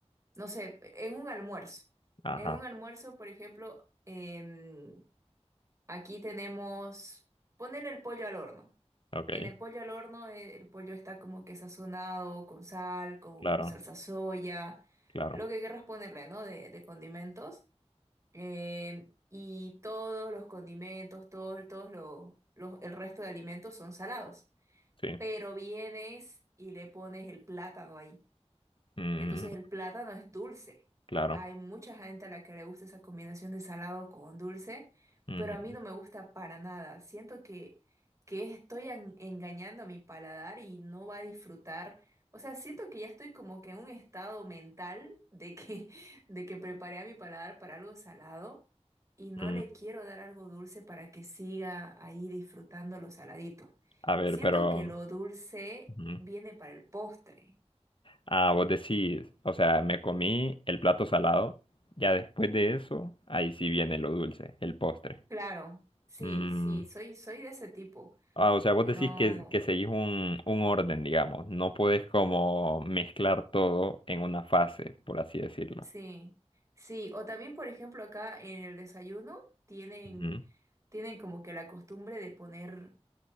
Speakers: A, on the right; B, on the left.
A: no sé, en un almuerzo.
B: Ajá,
A: En un almuerzo, por ejemplo, em, Aquí tenemos ponen el pollo al horno.
B: ok,
A: En el pollo al horno eh, el pollo está como que sazonado con sal, con
B: claro,
A: salsa soya,
B: claro,
A: lo que querrás ponerle, ¿no? De, de condimentos. Eh, y todos los condimentos, todos, todos los, los- el resto de alimentos son salados.
B: sí,
A: Pero vienes y le pones el plátano ahí.
B: mm,
A: Entonces el plátano es dulce.
B: claro.
A: Hay mucha gente a la que le gusta esa combinación de salado con dulce,
B: ujú,
A: pero a mí no me gusta para nada. Siento que, que estoy en- engañando a mi paladar y no va a disfrutar. O sea, siento que ya estoy como que en un estado mental de que, <laughs> de que preparé a mi paladar para algo salado y no
B: mm,
A: le quiero dar algo dulce para que siga ahí disfrutando lo saladito.
B: a ver,
A: Siento
B: pero...
A: que lo dulce
B: ujú.
A: viene para el postre.
B: Ah, vos decís, o sea, me comí el plato salado, ya después de eso, ahí sí viene lo dulce, el postre.
A: Claro, sí,
B: Mm,
A: sí, soy, soy de ese tipo.
B: ah, o sea, vos
A: Eh,
B: decís
A: No,
B: que, que seguís un, un orden, digamos, no podés como mezclar todo en una fase, por así decirlo.
A: sí, sí. O también, por ejemplo, acá en el desayuno tienen,
B: Ujú,
A: tienen como que la costumbre de poner,